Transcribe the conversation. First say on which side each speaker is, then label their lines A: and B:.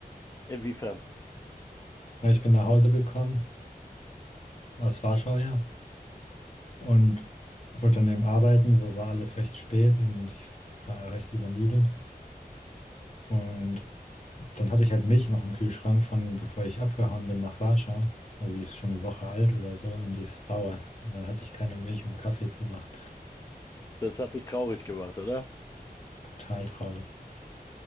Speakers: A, on the left; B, on the left.
A: inwiefern?
B: Ja, ich bin nach Hause gekommen, aus Warschau, ja. und wollte dann eben arbeiten, so war alles recht spät und ich war ja recht übermüdet. Und dann hatte ich halt Milch noch im Kühlschrank von, bevor ich abgehauen bin nach Warschau. Also die ist schon eine Woche alt oder so und die ist sauer. Und dann hatte ich keine Milch, um Kaffee zu machen.
A: Das hat dich traurig gemacht, oder?
B: Total traurig.